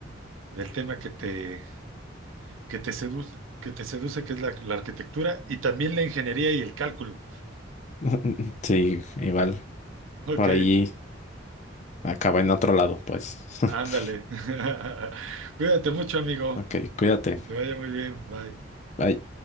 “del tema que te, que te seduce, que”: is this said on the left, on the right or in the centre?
Right